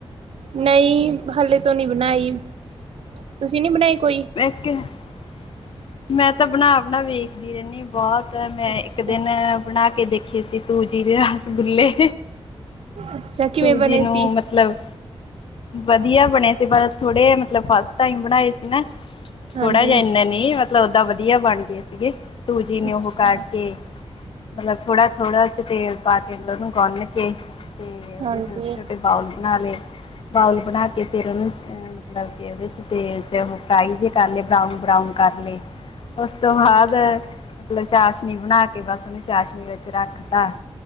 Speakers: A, on the right; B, on the left.
A: ਨਹੀਂ ਹਾਲੇ ਤੋਂ ਨੀ ਬਣਾਈ। ਤੁਸੀਂ ਨਹੀ ਬਣਾਈ ਕੋਈ।
B: <unintelligible> ਮੈਂ ਤਾਂ ਬਣਾ-ਬਣਾ ਵੇਖਦੀ ਰਹਿੰਦੀ ਹਾ ਬਹੁਤ ਤੇ ਮੈਂ
A: ਅੱਛਾ
B: ਇੱਕ ਦਿਨ ਬਣਾ ਕੇ ਦੇਖੇ ਸੀ। ਸੂਜੀ ਦੇ ਰਸਗੁੱਲੇ
A: ਅੱਛਾ ਕਿਵੇਂ
B: ਸੂਜੀ
A: ਬਣੇ
B: ਨੂੰ
A: ਸੀ
B: ਮਤਲਬ ਵਧੀਆ ਬਣੇ ਸੀ ਪਰ ਥੋੜੇ ਮਤਲਬ ਫਸਟ ਟਾਇਮ ਬਣਾਏ ਸੀ ਨਾ।
A: ਹਾਂਜੀ
B: ਥੋੜਾ ਜਹਾ ਇੰਨਾ ਨੀ ਮਤਲਬ ਓਦਾਂ ਵਧੀਆ ਬਣ ਗਏ ਸੀਗੇ ਸੂਜੀ ਨੂੰ
A: ਅੱਛਾ
B: ਉਹ ਕਰਕੇ ਮਤਲਬ ਥੋੜਾ -ਥੋੜਾ ਉਹਦੇ ਵਿੱਚ ਤੇਲ ਪਾ ਕੇ ਉਹਨੂੰ ਗੁੰਨ ਕੇ ਤੇ ਓਦੇ
A: ਹਾਂਜੀ
B: ਤੇ ਉਹਦੇ ਛੋਟੇ ਛੋਟੇ। ਬਾਊਲ ਬਣਾ ਲਏ, ਬਾਊਲ ਬਣਾ ਕੇ ਫਿਰ ਉਹਨੂੰ ਮਤਲਬ ਕਿ ਉਹਦੇ 'ਚ ਤੇਲ 'ਚ ਉਹ। ਫਰਾਈ ਜੇ ਕਰ ਲਏ। ਬਰਾਊਨ- ਬਰਾਊਨ ਕਰ ਲਏ। ਉਸ ਤੋਂ ਬਾਅਦ ਮਤਲਬ ਚਾਸ਼ਨੀ ਬਣਾ ਕੇ ਬੱਸ ਉਹਨੂੰ ਚਾਸ਼ਨੀ ਵਿੱਚ ਰੱਖ ਤ।